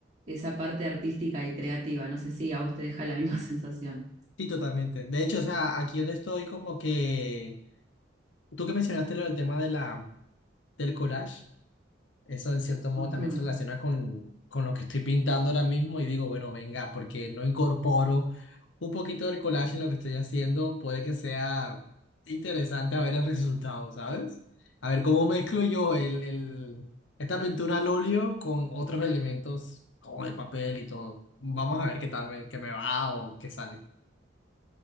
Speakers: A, on the right; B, on the left.
A: esa parte artística y creativa. No sé si a vos te deja la misma <laughs> sensación.
B: Sí, totalmente. De hecho, o sea, aquí donde estoy, como que tú que mencionaste lo del tema de la, del collage, eso en cierto modo
A: Ujú.
B: también se relaciona con, con lo que estoy pintando ahora mismo y digo, bueno, venga, porque no incorporo un poquito del collage en lo que estoy haciendo, puede que sea interesante a ver el resultado, ¿sabes? A ver cómo mezclo yo el, el, esta pintura al óleo con otros elementos como el papel y todo. Vamos a ver qué tal me, qué me va o qué sale.